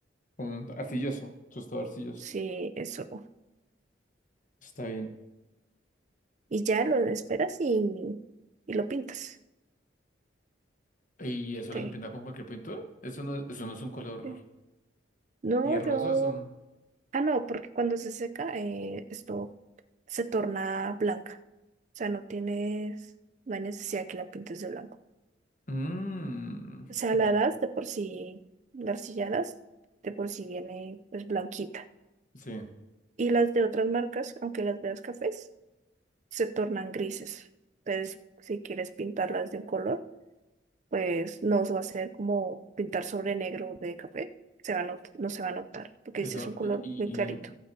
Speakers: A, on the left; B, on the right.
A: Un arcilloso, tostado arcilloso.
B: Sí, eso.
A: Está bien.
B: y ya lo esperas y, y lo pintas.
A: ¿Y eso
B: Te-
A: lo se pinta con cualquier pintura? Eso no, eso no es un color
B: sí. No,
A: tierroso,
B: yo...
A: es un...
B: Ah, no, porque cuando se seca, eh, esto se torna blanca. O sea, no tienes, no hay necesidad que la pintes de blanco.
A: Mm,
B: O sea,
A: claro.
B: la das de por sí, la arcilla das, de por sí viene pues blanquita.
A: Sí,
B: Y las de otras marcas, aunque las veas cafés, se tornan grises. Entonces, si quieres pintarlas de un color, pues no va a ser como pintar sobre negro de café. Se va a not- no se va a notar, porque
A: eso.
B: ese es un color
A: Y,
B: muy clarito.
A: y,